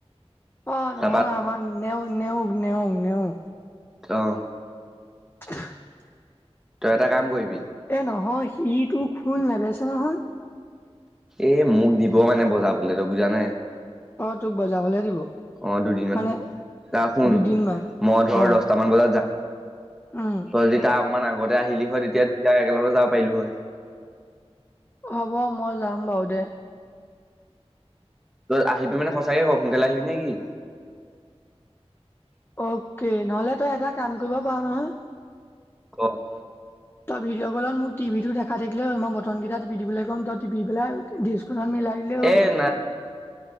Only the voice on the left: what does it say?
অ নহয়
আমাৰ নেও নেওক নেওগ নেও।
<unintelligible>
এই নহয় সিটো টোৰ খোল নেবেছে নহয়।
অ তোক বজাবলে দিব।
মানে
দুদিনমান
অ'
উম
হ'ব মই যাম বাউ দে
অকে নহলে তই এটা কাম কৰিব পাৱ নহয়
তই ভিডঅ কলত মোক টিভিটো দেখাই থাকিলে মই বটন কেটা টিপি দিবলে কম তই টিপি পেলাই দিছখনত মিলাই দিলেই হৈ
গ'ল